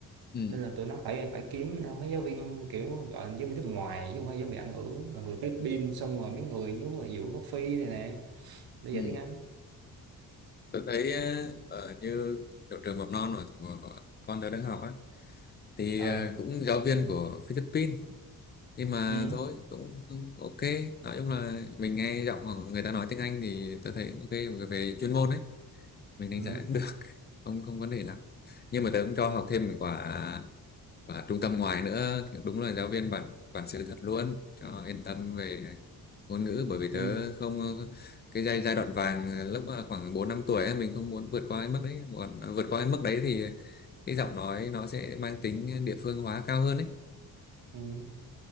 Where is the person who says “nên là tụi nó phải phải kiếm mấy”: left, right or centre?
Right